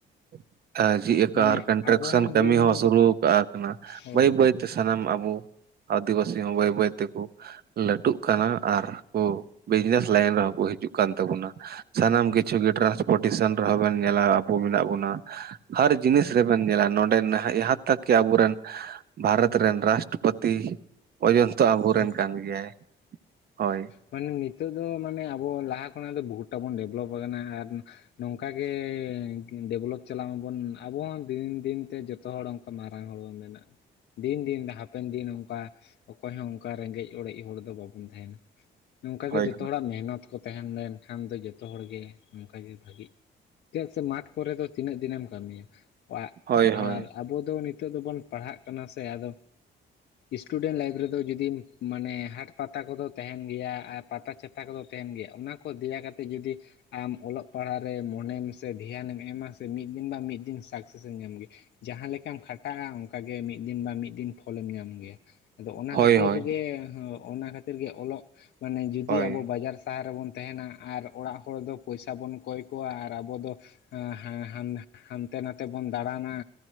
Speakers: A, on the right; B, on the left.
A: ᱾ ᱡᱷᱤᱡ ᱟᱠᱟᱜᱼᱟ
B: ᱢᱟᱱᱮ
A: ᱟᱨ ᱠᱚᱱᱴᱨᱟᱠᱥᱚᱱ
B: ᱟᱵᱚ
A: ᱠᱟᱹᱢᱤ
B: ᱫᱤᱱ ᱫᱤᱱ
A: ᱦᱚᱸ ᱥᱩᱨᱩ
B: ᱛᱮ
A: ᱠᱟᱜ ᱠᱟᱱᱟ
B: ᱦᱳᱭ
A: ᱵᱟᱹᱭ ᱵᱟᱹᱭ ᱛᱮ ᱥᱟᱱᱟᱢ ᱟᱵᱩ ᱾ ᱟᱫᱤᱵᱥᱤ ᱦᱚᱸ ᱵᱚᱹᱭ ᱵᱟᱹᱭ ᱛᱮ ᱠᱩ ᱞᱟᱹᱴᱩᱜ ᱠᱟᱱᱟ ᱟᱨ ᱠᱩ ᱵᱤᱡᱽᱱᱮᱥ ᱞᱟᱭᱤᱱ ᱨᱮᱦᱚᱸ ᱠᱩ ᱦᱤᱡᱩᱜ ᱠᱟᱱ ᱛᱟᱵᱚᱱᱟ ᱾ ᱥᱟᱱᱟᱢ
B: ᱦᱳᱭ
A: ᱠᱤᱪᱷᱩ ᱜᱮ ᱴᱨᱟᱱᱥᱯᱳᱴᱮᱥᱚᱱ ᱨᱮᱦᱚᱸ ᱵᱮᱱ ᱧᱮᱞᱟ ᱟᱵᱚ ᱢᱮᱱᱟᱜ ᱵᱚᱱᱟ ᱾ ᱦᱟᱨ ᱡᱤᱱᱤᱥ ᱨᱮᱵᱮᱱ ᱧᱮᱞᱟ ᱱᱚᱸᱰᱮ ᱱᱟᱦᱟᱜ ᱡᱟᱦᱟᱸ ᱛᱠᱽ ᱠᱤ ᱟᱵᱚᱨᱮᱱ ᱵᱷᱟᱨᱟᱛ ᱨᱮᱱ ᱨᱟᱥᱴᱨᱚᱯᱚᱛᱤ ᱚᱡᱚᱱᱛᱚ ᱟᱵᱚᱨᱮᱱ
B: ᱦᱩᱸ
A: ᱠᱟᱱ ᱜᱮᱭᱟᱭ ᱦᱳᱭ ᱾
B: ᱢᱟᱱᱮ ᱱᱤᱛᱚᱜ ᱫᱚ ᱢᱟᱱᱮ ᱟᱵᱚ ᱞᱟᱦᱟ ᱠᱷᱚᱱᱟᱜ ᱫᱚ ᱵᱚᱦᱩᱛᱴᱟ ᱵᱚᱱ ᱰᱮᱵᱷᱞᱚᱯ ᱟᱠᱟᱱᱟ ᱟᱨ ᱱᱚᱝᱠᱟᱜᱮ ᱰᱮᱵᱷᱞᱚᱯ ᱪᱟᱞᱟᱜ ᱢᱟᱵᱚᱱ ᱟᱵᱚ ᱦᱚᱸ ᱫᱤᱱ ᱫᱤᱱ ᱛᱮ ᱡᱚᱛᱚ ᱦᱚᱲ ᱚᱱᱠᱟ ᱢᱟᱨᱟᱝ ᱦᱚᱲᱚᱱ ᱵᱚᱱ ᱵᱮᱱᱟᱜᱼᱟ ᱫᱤᱱ ᱫᱤᱱ ᱦᱟᱯᱮᱱ ᱫᱤᱱ ᱚᱱᱠᱟ ᱚᱠᱚᱭ ᱦᱚᱸ ᱚᱱᱠᱟ ᱨᱮᱸᱜᱮᱡ ᱚᱲᱮᱡ ᱦᱚᱲ ᱫᱚ ᱵᱟᱵᱚᱱ ᱛᱟᱦᱮᱱᱟ ᱱᱚᱝᱠᱟ
A: ᱦᱳᱭ
B: ᱜᱮ ᱡᱚᱛᱚ ᱦᱚᱲᱟᱜ ᱢᱮᱦᱱᱚᱛ, ᱛᱟᱦᱮᱸ ᱞᱮᱱᱠᱷᱟᱱ ᱫᱚ ᱡᱚᱛᱚ ᱦᱚᱲ ᱜᱮ ᱱᱚᱝᱠᱟᱜᱮ ᱵᱷᱟᱹᱜᱤ ᱪᱮᱫᱟᱜ ᱥᱮ ᱢᱟᱴᱷ ᱠᱚᱨᱮ ᱫᱚ ᱛᱤᱱᱟᱹᱜ ᱫᱤᱱᱮᱢ ᱠᱟᱹᱢᱤᱭᱟ? ᱠᱚᱣᱟᱜ
A: ᱦᱳᱭ
B: ᱟᱨ
A: ᱦᱳᱭ
B: ᱟᱵᱚ ᱫᱚ ᱱᱤᱛᱚᱜ ᱫᱚᱵᱚᱱ ᱯᱟᱲᱦᱟᱜ ᱠᱟᱱᱟ ᱥᱮ ᱟᱫᱚ ᱥᱴᱩᱰᱮᱱᱴ ᱞᱟᱭᱤᱯ ᱡᱩᱫᱤ ᱢᱟᱱᱮ ᱦᱟᱴ ᱯᱟᱛᱟ ᱠᱚᱫᱚ ᱛᱟᱦᱮᱱ ᱜᱮᱭᱟ ᱟᱨ ᱯᱟᱛᱟ ᱪᱷᱟᱛᱟ ᱠᱚᱫᱚ ᱛᱟᱦᱮᱱ ᱜᱮᱭᱟ ᱚᱱᱟ ᱠᱚ ᱠᱚ ᱫᱮᱭᱟ ᱠᱟᱛᱮᱫ ᱡᱩᱫᱤ ᱟᱢ ᱚᱞᱚᱜ ᱯᱟᱲᱦᱟᱜ ᱨᱮ ᱢᱚᱱᱮᱢ ᱥᱮ ᱫᱷᱮᱭᱟᱱᱮᱢ ᱮᱢᱟ ᱥᱮ ᱢᱤᱫ ᱫᱤᱱ ᱵᱟ ᱢᱤᱫ ᱫᱤᱱ ᱥᱟᱠᱥᱮᱥᱮᱢ ᱧᱟᱢ ᱜᱮ᱾ ᱡᱟᱦᱟᱸ ᱞᱮᱠᱟᱢ ᱠᱷᱟᱴᱟᱜ-ᱟ ᱚᱱᱠᱟᱜᱮ ᱢᱤᱫ ᱫᱤᱱ ᱵᱟᱝ ᱢᱤᱫ ᱫᱤᱱ ᱯᱷᱚᱞᱮᱢ ᱧᱟᱢ ᱜᱮᱭᱟ ᱟᱫᱚ ᱚᱱᱟ
A: ᱦᱳᱭ
B: ᱠᱷᱟᱹᱛᱤᱨ
A: ᱦᱳᱭ
B: ᱦᱮᱸ ᱚᱱᱟ ᱠᱷᱟᱹᱛᱤᱨ ᱜᱮ ᱚᱞᱚᱜ ᱢᱟᱱᱮ ᱡᱩᱫᱤ
A: ᱦᱳᱭ
B: ᱟᱵᱚ ᱵᱟᱡᱟᱨ ᱥᱟᱦᱟᱨ ᱨᱮᱵᱚᱱ ᱛᱟᱦᱮᱱᱟ ᱟᱨ ᱚᱲᱟᱜ ᱦᱚᱲ ᱫᱚ ᱯᱚᱭᱥᱟ ᱵᱚᱱ ᱠᱚᱭ ᱠᱚᱣᱟ ᱟᱨ ᱟᱵᱚ ᱫᱚ ᱦᱮᱸ ᱦᱮᱸ ᱦᱟᱱ ᱦᱟᱱᱛᱮ ᱱᱟᱛᱮ ᱵᱚᱱ ᱫᱟᱬᱟᱱᱟ᱾